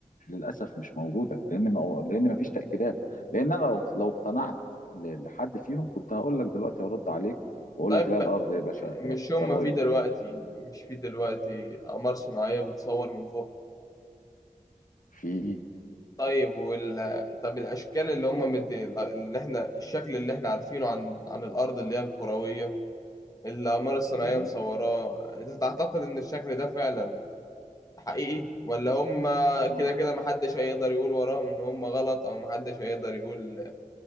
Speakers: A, on the left (about 70°); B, on the left (about 25°).
A: للاسف مش موجوده لان ما لان ما فيش تاكيدات لان انا لو لو اقتنعت ل- لحد فيهم كنت هقول لك دلوقتي هرد عليك واقول
B: طيب
A: لك لا الارض يا باشا
B: مش
A: كرا-
B: هما
A: كرويه
B: في دلوقتي مش في دلوقتي أقمار صناعية بتصور من فوق
A: في
B: طيب وال... طب الأشكال اللي هما مدي اللي احنا الشكل اللي احنا عارفينه عن عن الأرض اللي هي الكروية اللي الأقمار الصناعية
A: مظبوط
B: مصوراه أنت تعتقد إن الشكل ده فعلا حقيقي ولا هما
A: ما
B: كده
A: هو
B: كده محدش هيقدر يقول وراهم إن هما غلط أو محدش هيقدر يقول